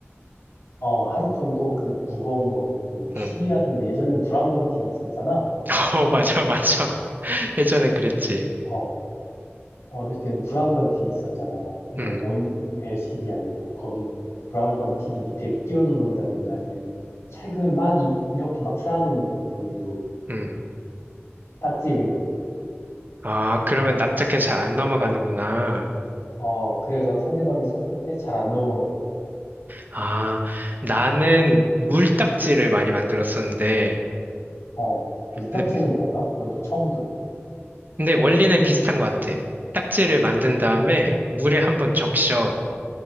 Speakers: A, on the left; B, on the right.
A: 어, 하루 정도 그 무거운 거, 그 TV라든가
B: 어.
A: 예전엔 브라운관 TV 있었잖아.
B: <laughs> 어, 맞아, 맞아. <laughs> 예전엔 그랬지.
A: 어, 어릴 때는 브라운관 TV 있었잖아. 이런
B: 음,
A: 모니, LCD 아니고 거기 브라운관 TV 밑에 끼워 놓는다든가 아니면 책을 막 이, 렇게막 쌓아놓는 거야. 그 위로
B: 음.
A: 딱지 위로.
B: 아, 그러면 납작해서 잘 안 넘어가는구나.
A: 어, 그래서 상대방이 쳤을 때 잘 안 넘어가게 되고.
B: 아, 나는 물딱지를 많이 만들었었는데,
A: 어, 물딱지는
B: 근데,
A: 뭐야? 그건 또 처음 들어본다.
B: 근데 원리는 비슷한 것 같아. 딱지를 만든 다음에 물에 한번 적셔.